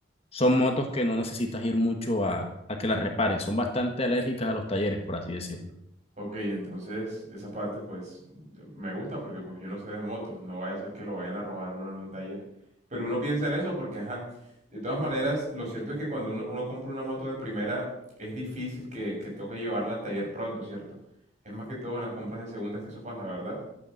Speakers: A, on the left; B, on the right.
A: son motos que no necesitas ir mucho a, a que las reparen, son bastante alérgicas a los talleres, por así decirlo.
B: Ok, entonces esa parte pues me gusta porque pues yo no sé de motos, no vaya a ser que lo vayan a robar uno en un taller. Pero uno piensa en eso porque, ajá, de todas maneras, lo cierto es que cuando uno, uno compra una moto de primera es difícil que, que toque llevarla al taller pronto, ¿cierto? Es más que todo en las compras de segundas que eso pasa, ¿verdad?